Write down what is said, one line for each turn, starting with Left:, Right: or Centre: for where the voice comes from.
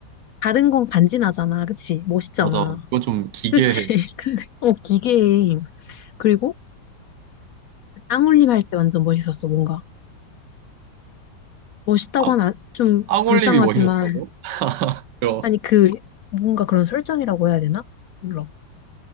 Left: 다른 건 간지나잖아, 그치? 멋있잖아.
Right: 맞아. 그건 좀 기괴해.
Left: 그치? <laughs> 어, 기계 그리고, 땅울림 할 때 완전 멋있었어, 뭔가. 멋있다고
Right: 아,
Left: 하면 안- 좀
Right: 앙올림이
Left: 불쌍하지만,
Right: 뭐이었다고 <laughs> 그럼.
Left: 아니, 그, 뭔가 그런 설정이라고 해야 되나? 몰라.